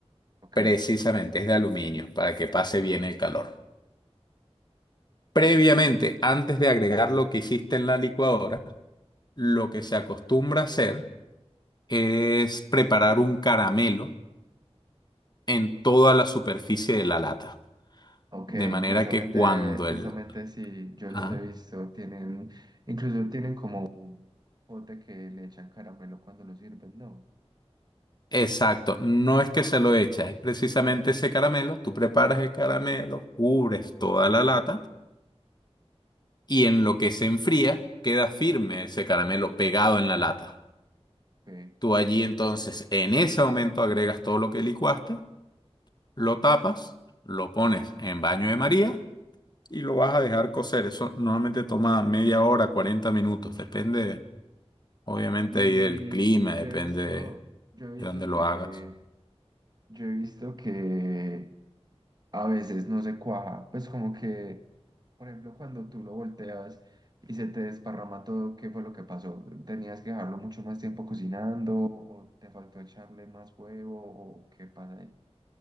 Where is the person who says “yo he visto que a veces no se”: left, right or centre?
Right